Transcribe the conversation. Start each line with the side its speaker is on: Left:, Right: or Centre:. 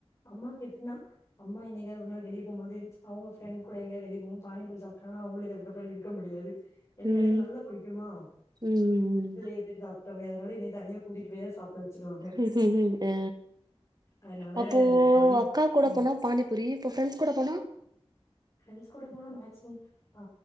Left: அம்மாக்கு எதுனா அம்மா என்னைக்காவது ஒரு நாள் வெளிய போ மோது அவுங்க ஃப்ரெண் கூட எங்கயா வெளிய போவு பானி பூரி சாப்டாங்கனா அவுங்களுக்கு அதுக்கப்புற இருக் க்க முடியாது என்னைய
Right: ம்
Left: எனக்கு நல்லா புடிக்குமா
Right: ம்
Left: பிள்ளைய விட்டுட்டு சாப்டமே அதனால என்னைய தனியா கூட்டிட்டு போயாவது சாப்ட வச்சிருவாங்க
Right: ம்ஹ்ஹ்ம் அ
Left: அதனால
Right: அப்போ
Left: பானி
Right: அக்கா கூட
Left: ம்
Right: போனா பானிபூரி இப்போ ஃப்ரெண்ட்ஸ் கூட போனா
Left: ஃப்ரெண்ட்ஸ் கூட போனா மேக்சிமம் அ